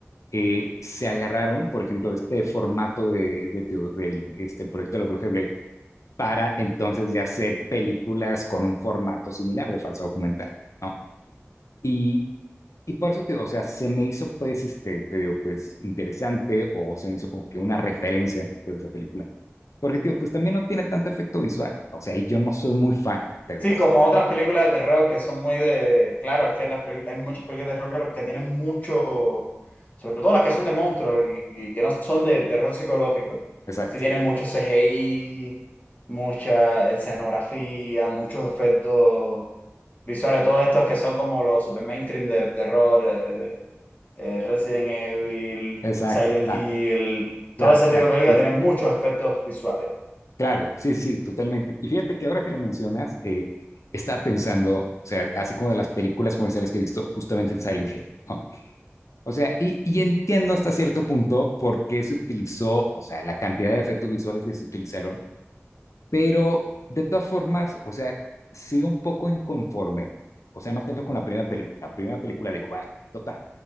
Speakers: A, on the left (about 80°); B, on the left (about 30°).
A: eh, se agarraron, por ejemplo, de este formato de, de, de, de este proyecto de la Bruja de Blair para entonces de hacer películas con un formato similar de falso documental, ¿no? Y, y por eso te digo, o sea, se me hizo pues, este, te digo, pues interesante o se me hizo como que una referencia de esa película. Porque, tío, pues también no tiene tanto efecto visual. O sea, y yo no soy muy fan, te
B: Sí,
A: digo así.
B: como otras películas de terror que son muy de... Claro, es que las pelicu- hay muchas películas de terror que, lo- que tienen mucho, sobre todo las que son de monstruos y, y que no son de terror psicológico,
A: Exacto,
B: sí tienen mucho CGI, mucha escenografía, muchos efectos visuales, todos estos que son como los super mainstream de terror, eh, eh, Resident Evil,
A: exacto,
B: Silent
A: claro,
B: Hill,
A: claro,
B: todo ese
A: exacto.
B: tipo de películas
A: Sí,
B: tienen muchos efectos visuales.
A: Claro, sí, sí, totalmente. Y fíjate que ahora que lo mencionas, eh, estaba pensando, o sea, así como de las películas comerciales que he visto justamente en Silent Hill, ¿no? O sea, y, y entiendo hasta cierto punto por qué se utilizó, o sea, la cantidad de efectos visuales que se utilizaron Pero de todas formas, o sea, sí un poco inconforme. O sea, no tanto con la primera película. La primera película digo, vaya, total.